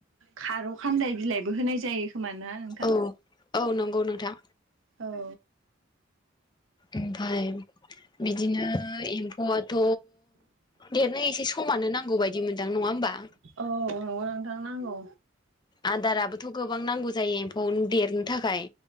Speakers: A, on the right; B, on the left.
A: खारौ खानदाय बिलाइ बो होनाय जायो खोमा ना नोंथां?
B: औ औ नंगौ नोंथां
A: औ।
B: ओमफाय बिदिनो एम्फौआथ' देरनो एसे समानो नांगौ बायदि मोनदां। नङा होमबा?
A: औ नोंगौ नोंथां नांगौ।
B: आदाराबोथ' गोबां नांगौ जायो एम्फौनो देरनो थाखाय।